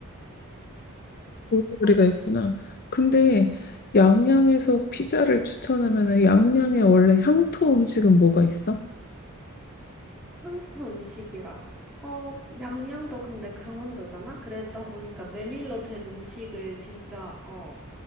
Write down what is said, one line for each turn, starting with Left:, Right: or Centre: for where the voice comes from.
Left: 볼거리가
Centre: 음,
Left: 있구나. 근데 양양에서 피자를 추천하면은 양양에 원래 향토 음식은 뭐가 있어?
Centre: 한국 음식이라. 어, 양양도 근데 강원도잖아? 그러다 보니까 메밀로 된 음식을 진짜, 어,